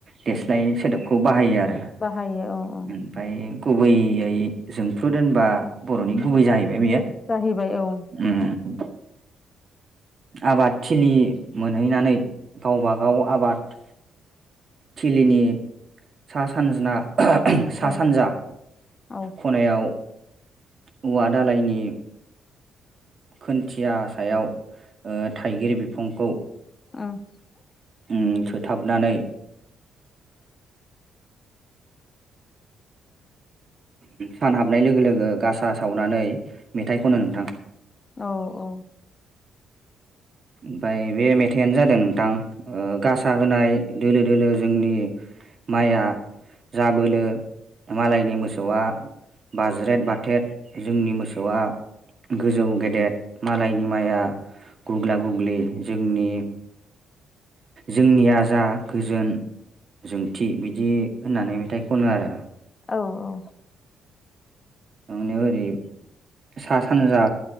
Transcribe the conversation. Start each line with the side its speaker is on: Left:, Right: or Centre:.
Right: देस्लाय सोदोबखौ बाहायो आरो। ओमफफ्राय
Left: बाहायो औ औ
Right: गुबैयै जोंफ्रुद होनबा बर'नि गुबै जाहैबाय बेयो
Left: जाहैबाय औ
Right: ओम। आबाद थिलि मोनहैनानै गावबा गाव आबाद थिलिनि सा सानजा सा
Left: औ
Right: सानजा
Left: औ
Right: खनायाव औवा दालायनि खोनन्थिया सायाव थाइगिर बिफांखौ
Left: <unintelligible>
Right: उम सोथाबनानै सान हाबनाय लोगो लोगो गासा सावनानै मेथाइ खनो नोंथां।
Left: औ औ औ।
Right: ओमफफ्राय बे मेथाइनो जादों नोंथां गासा होनाय दोलो दोलो जोंनि माइया जाबोलो मालायनि मोसौ बा बाज्रेद बाथेद जोंनि मोसौआ गोजौ गेदेेर मालायनि माइया गुग्ला गुग्लि जोंनि जोंनिया जा गोजोन जोंथि बिदि होननानै मेथाइ खनो आरो
Left: औ औ।
Right: नुनायाव एरै <unintelligible> सा सानजा